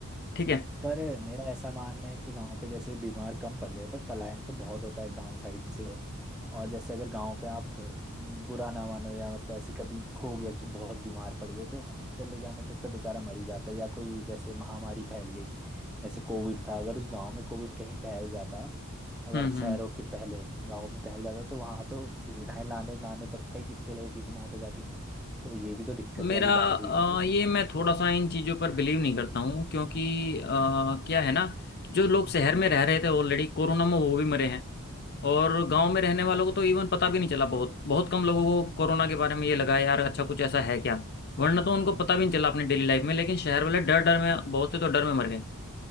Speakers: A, on the left (about 45°); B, in the centre.
A: ठीक है
B: पर मेरा ऐसा मानना है कि गांव पे जैसे बीमार कम पड़ते हैं पर पलायन तो बहुत होता है गांव साइड से और जैसे अगर गांव पे आप अ, बुरा ना मानो या मतलब ऐसे कभी हो गया कि बहुत बीमार पड़ गए तो हॉस्पिटल ले जाने तक तो बेचारा मर ही जाता है या कोई जैसे महामारी फैल गई जैसे कोविड था अगर उस गांव में कोविड कहीं फैल जाता अगर
A: हम्म
B: शहरों
A: हम्म
B: के पहले गांव में फैल जाता तो वहां तो सुविधाएं लाने लाने तक का ही कितने लोगों की मौत हो जाती तो ये भी तो दिक्कत
A: मेरा
B: वाली बात
A: अ,
B: हुई ना एक
A: ये मैं थोड़ा सा इन चीज़ों पर बिलीव नहीं करता हूँ क्योंकि अ, क्या है ना जो लोग शहर में रह रहे थे ऑलरेडी कोरोना में वो भी मरे हैं और गांव में रहने
B: हाँ
A: वालों को तो इवन पता भी नहीं चला बहुत बहुत कम लोगों को कोरोना के बारे में ये लगा है यार अच्छा कुछ ऐसा है क्या वरना तो उनको पता भी नहीं चला अपने डेली लाइफ में लेकिन शहर वाले डर डर में बहुत से तो डर में मर गए